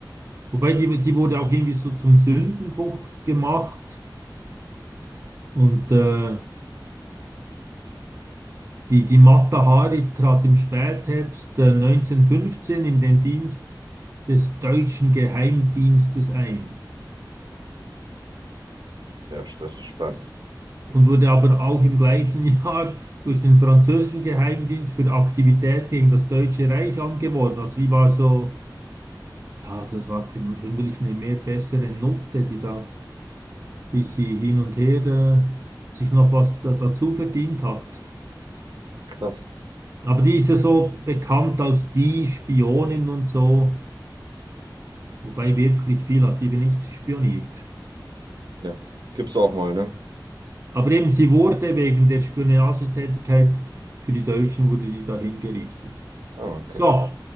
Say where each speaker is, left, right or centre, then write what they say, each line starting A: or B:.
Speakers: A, on the right; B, on the right.
A: Wobei die, die wurde auch irgendwie so zum Sündenbock gemacht und äh, Die, die Mata Hari trat im Spätherbst äh, 1915 in den Dienst des deutschen Geheimdienstes ein
B: Ja, das ist spannend.
A: und wurde aber auch im gleichen <laughs> Jahr durch den französischen Geheimdienst für Aktivität gegen das Deutsche Reich angeworben. Also die war so, ja, das war verm- vermutlich eine mehr bessere Note, die da bis sie hin und her äh, sich noch was da, dazu verdient hat.
B: Krass.
A: Aber die ist ja so bekannt als die Spionin und so. wobei wirklich viel hat die nicht spioniert.
B: Ja. Gibt's auch mal, ne?
A: Aber eben, sie wurde wegen der Spionagetätigkeit für die Deutschen, wurde die da hingerichtet.
B: Ah, okay.
A: So.